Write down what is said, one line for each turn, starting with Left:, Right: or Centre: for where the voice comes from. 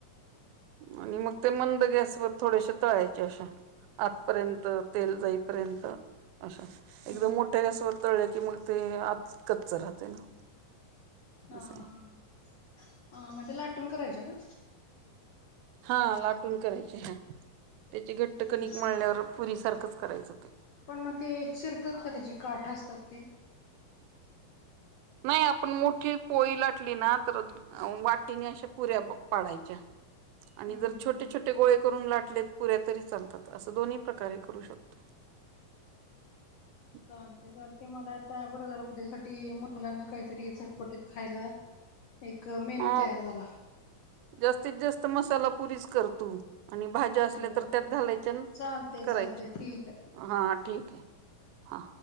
Right: आणि मग ते मंद गॅसवर. थोडेसे तळायचे अशा आतपर्यंत तेल जाईपर्यंत अशा
Left: हम्म
Right: एकदम मोठ्या गॅसवर तळले की मग ते आत कच्च राहतं ना.
Left: हा
Right: असं
Left: हा
Right: आहे.
Left: ह मग ते लाटून करायच का?
Right: हा लाटून करायचे ह त्याचे घट्ट
Left: होय
Right: कणिक मळल्यावर पुरीसारख च करायचं ते.
Left: पण मग ते चिरतात का त्याचे काठ असतात ते?
Right: नाही आपण मोठी पोळी लाटली ना तर अ वाटीने अशा पुऱ्या प. पाडायच्या
Left: हम्म
Right: आणि जर
Left: हम्म
Right: छोटे
Left: हम्म
Right: छोटे गोळे करून लाटलेत पुऱ्या तरी चालतात असं दोन्ही प्रकारे करू शकतो. <inaudible>
Left: चालतय चालतय मला आता बरं झालं उद्या साठी मुलांना काहीतरी चटपटीत खायला. एक मेनू
Right: हा
Left: तयार झाला
Right: जास्तीत जास्त मसाला पुरीच कर तू आणि भाज्या असल्या
Left: बर
Right: तर त्यात
Left: बर
Right: घालायच्या आणि
Left: चालते
Right: करायच्या,
Left: चालते ठीक आहे
Right: हा ठीक आहे हा.